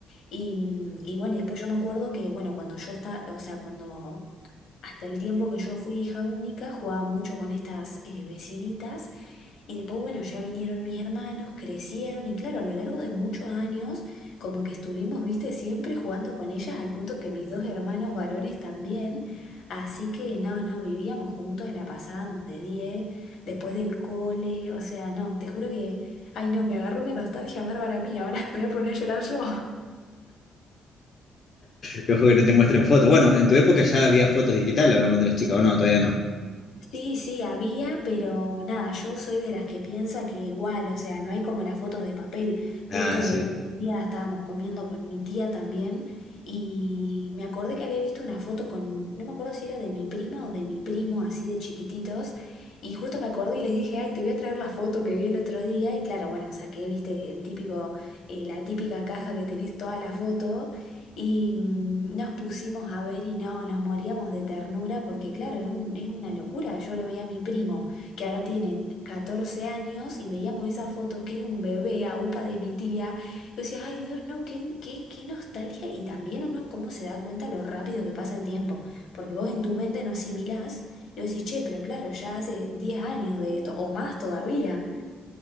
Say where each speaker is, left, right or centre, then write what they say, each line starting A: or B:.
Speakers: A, on the left; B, on the left.
A: Y, mm, y bueno, y después yo me acuerdo que, bueno, cuando yo estaba, o sea, cuando hasta el tiempo que yo fui hija única, jugaba mucho con estas eh, vecinitas. Y después, bueno, ya vinieron mis hermanos, crecieron y claro, a lo largo de muchos años, como que estuvimos, viste, siempre jugando con ellas al punto que mis dos hermanos varones también. Así que no, no, vivíamos juntos, la pasábamos de 10 después del cole, o sea, no, te juro que, ay no, me agarró una nostalgia bárbara a mí, ahora <laughs> me voy a poner a llorar yo.
B: Que Ojo que no te muestren fotos. Bueno, en tu época ya había fotos digitales, ¿o no? Cuando eras chica, o no, todavía no.
A: Sí, sí, había, pero nada, yo soy de las que piensa que igual, o sea, no hay como las fotos de papel. Justo
B: Ah, sí.
A: el otro día estábamos comiendo con mi tía también y me acordé que había visto una foto con, no me acuerdo si era de mi prima o de mi primo, así de chiquititos, y justo me acordé y les dije, ay, te voy a traer la foto que vi el otro día, y claro, bueno, saqué, viste, el típico, eh, la típica caja que tenés toda la foto. Y mm, nos pusimos a ver y no, nos moríamos de ternura porque claro, es un, es una locura. Yo lo veía a mi primo, que ahora tiene 14 años, y veíamos esas fotos que era un bebé a upa de mi tía. Y yo decía, ay Dios, no, qué, qué, qué nostalgia. Y también uno cómo se da cuenta lo rápido que pasa el tiempo, porque vos en tu mente no asimilás y vos decís, che, pero claro, ya hace 10 años de esto, o más todavía.